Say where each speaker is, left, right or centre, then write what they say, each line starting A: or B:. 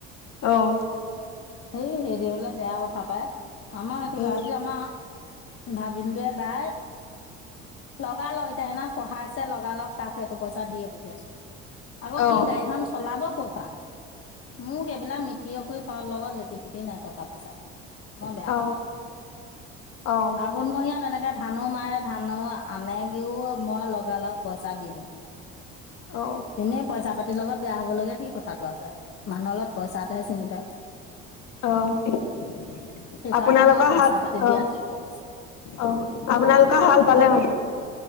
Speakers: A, on the left; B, on the left.
A: অ'।
B: সেই হেৰি হলে বেয়া কথা পাই আমাৰ সেইটো
A: উম
B: যতে আমাৰ ভাগিনটোৱে তাইৰ লগালগ এতিয়া সেইদিনা কঢ়াইছে লগালগ তাক সেইটো পইচা দিয়ে পঠিয়াইছো। আকৌ
A: অ'
B: সি গাড়ীখন চলাব কৰ'পা, মোক সেইবিলাক মিতিৰৰ লগত লেটি পিটি নাই টকা পইচা, মই
A: অ'
B: বেয়া পাওঁ
A: অ'
B: আাগুণমহীয়াত তেনেকে ধানো মাৰে ধানো আনেগেও মই লগা লগ পইচা দি পঠিয়াও।
A: অ'।
B: এনেই পইচা পাতিৰ লগত বেয়া হবলগীয়া কি কথাটো আছে, মানুহৰ লগত পইচাটাহে চিনি পায়।
A: অ 'আপোনালোকৰ
B: সেইকাৰণে মই পইচা
A: হাল
B: পাতি দি
A: অ'
B: আজৰি কৰো
A: অ' আপোনালোকৰ হাল বালে মানে?